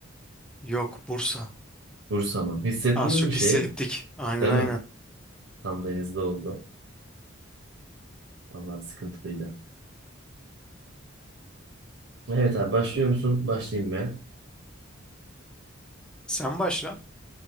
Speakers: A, in the centre; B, on the right.
A: Yok Bursa.
B: Bursa mı? Hissettiniz
A: Az çok
B: mi şeyi?
A: hissettik. Aynen
B: Değil
A: aynen.
B: mi? Tam denizde oldu. Vallahi sıkıntılıydı. Evet abi başlıyor musun? Başlayayım ben.
A: Sen başla.